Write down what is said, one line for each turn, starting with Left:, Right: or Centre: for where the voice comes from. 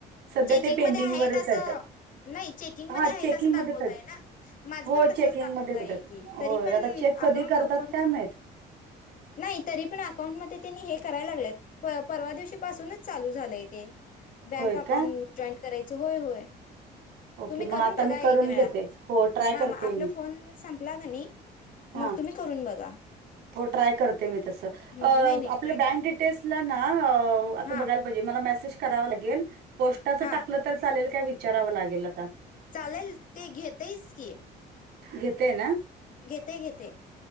Right: सध्या
Left: चेकिंग
Right: ते पेंडिंग
Left: मध्ये
Right: वरच
Left: असं
Right: आहेत
Left: नाही चेकिंग
Right: हा
Left: मध्ये आहेत
Right: चेकंगी
Left: असं दाखवत
Right: मध्ये च हायत
Left: आहे ना माझं
Right: हो
Left: पण तसंच
Right: चेंगीग
Left: दाखवत
Right: मध्यमे
Left: आहे
Right: येत्यात
Left: की तरी
Right: होय
Left: पण
Right: आता चे कधी
Left: अकाउंट
Right: करतात
Left: ओपन
Right: काय माहीत
Left: <inaudible> नाही तरी पण अकाउंटमध्येध्ये त्यांनी हे करायला लागले प- परवा दिवशी पासुनच चालु झालंय ते- बँक
Right: होय
Left: अकाउंट
Right: काय?
Left: जॉईंट करायचं होय होय
Right: ओके.
Left: तुम्ही
Right: मग
Left: करून
Right: आता
Left: बघा
Right: मी
Left: एक
Right: करून
Left: वेळा
Right: घेते. हो, ट्राय
Left: हा
Right: करते
Left: मग आपला
Right: मी.
Left: फोन संपला कणी
Right: हां,
Left: मग तुम्ही करून बघा.
Right: हो ट्राय करते मी तस अं
Left: हम्म, नाही नाही
Right: आपल्या
Left: ट्राय
Right: बँक
Left: करा
Right: डिटेल्सला ना हो आता
Left: हां
Right: बघायला पाहीजे मला मॅसेज कराव लागेल पोस्टा च
Left: हां
Right: टाकल तर चालेल काय विचारावं लागेल आता
Left: चालेल ते घेतय च की.
Right: घेतेय ना.
Left: घेतय घेतय